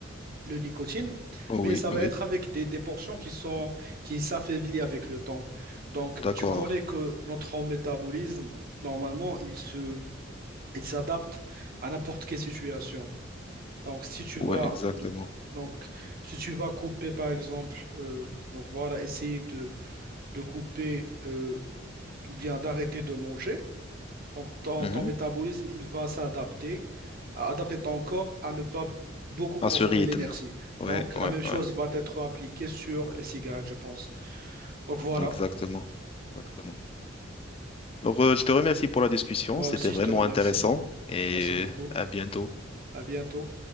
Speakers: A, on the right; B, on the left.
A: le nicotine,
B: Oui,
A: mais ça va
B: oui,
A: être avec des, des portions qui sont, qui s'affaiblissent avec le temps. Donc,
B: d'accord.
A: tu connais que notre métabolisme, normalement, il se, il s'adapte à n'importe quelle situation. Donc, si tu
B: Ouais,
A: vas,
B: exactement.
A: donc, donc, si tu vas couper, par exemple, euh, donc voilà, essayer de, de couper euh, ou bien d'arrêter de manger, donc ton,
B: Mhm.
A: ton métabolisme, il va s'adapter, à adapter ton corps à ne pas beaucoup consommer
B: À ce rythme.
A: l'énergie.
B: Ouais,
A: Donc, la
B: ouais,
A: même chose
B: ouais.
A: va être appliquée sur les cigarettes, je pense. Donc, voilà,
B: Exactement. Exactement. Alors, euh, je te remercie pour la discussion.
A: moi
B: C'était
A: aussi,
B: vraiment
A: je te remercie.
B: intéressant et
A: Merci beaucoup.
B: euh, à bientôt.
A: À bientôt.